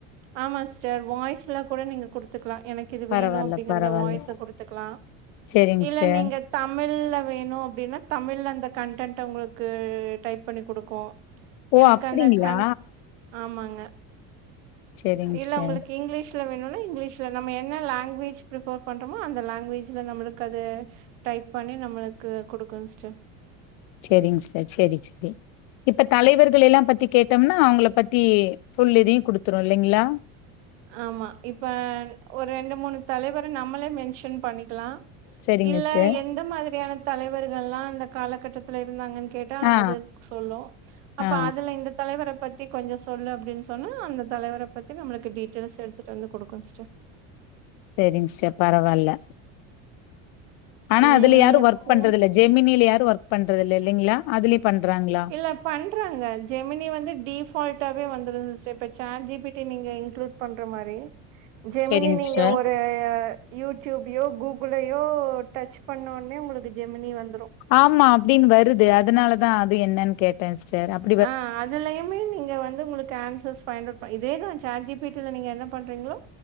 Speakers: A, on the right (about 85°); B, on the left (about 65°).
A: ஆமா சிஸ்டர் வாய்ஸுல்லா கூட நீங்க குடுத்துக்கலா எனக் கு இது வேணு
B: பரவால்ல
A: அப்டிங்கறத
B: பரவால்ல
A: வாய்ஸா குடுத்துக்கலா
B: செரிங்
A: இல்ல
B: சிஸ்டர்
A: நீங்க தமிழ்ல வேணு அப்டின்னா தமிழ்ல அந்த கன்டென்ட்டா உங்களுக்கு டைப் பண்ணி குடுக்கு
B: ஓ
A: எனக்கு
B: அப்டிங்ளா
A: அந்த கண் ஆமாங்க
B: செரிங்
A: இல்ல
B: சிஸ்டர்
A: உங்களுக்கு இங்கிலீஷ் ல வேணும்னா இங்கிலீஷ்ல நம்ம என்ன லாங்குவேஜ் ஃப்ரிப்பர் பண்றோமோ அந்த லாங்குவேஜ்ல நம்மளுக்கு அது டைப் பண்ணி நம்மளுக்கு குடுக்கு சிஸ்டர்
B: செரிங்க சிஸ்சர் செரி செரி இப்ப தலைவர்கள் எல்லா பத்தி கேட்டோம்னா அவுங்கள பத்தி ஃபுல் இதையு குடுத்துரு இல்லைங்ளா
A: ஆமா இப்ப ஒரு ரெண்டு மூணு தலைவர நம்மளே மென்ஷன் பண்ணிக்கலா
B: செரிங்க
A: இல்ல
B: சிஸ்டர்
A: எந்த மாதிரியான தலைவர்களெல்லா அந்த காலகட்டத் துல இருந்தாங்கன்னு கேட்டா
B: ஆ
A: அது சொல்லு அப்ப
B: ஆ
A: அதுல இந்த தலைவர பத் தி கொஞ்சோ சொல்லு அப்டின்னு சொன்னா அந்த தலைவர பத்தி நம்மளுக்கு டீட்டெயில்ஸ் எடுத்துட்டு வந்து குடுக்கு சிஸ்டர்
B: செரிங்க சிஸ்டர் பரவால்ல ஆனா
A: ம்
B: அதுல யாரு
A: நீங்க
B: ஒர்க்
A: ஸ்கூல்
B: பண்றது இல்ல ஜெமினில யாரு ஒர்க் பண்றது இல்ல இல்லைங்களா அதுலயே பண்றாங்களா
A: இல்ல பண்றாங்க ஜெமினி வந்து டிஃபால்டாவே வந்துடுது சிஸ்டர் இப்ப ஜாட் ஜி பி டி நீங்க இன்க்ளூட் பண்ற மாரி ஜெமினி
B: சரிங்க
A: நீங்க
B: சிஸ்டர்
A: ஒரு யூடியூபையோ கூகுளயோ டச் பண்ணோனே உங்களுக்கு ஜெமினி வந்துரு
B: ஆமா அப்டின்னு வருது அதனால தா அது என்னனு கேட் டே சிஸ்டர் அப்
A: ஆ அதுலயு யுமே நீங்க வந்து உங்களுக்கு ஆன்சர்ஸ் ஃபைண்ட் அட் இதேதா ஜாட் ஜி பி டி ல நீங்க என்ன பண்றீங்களோ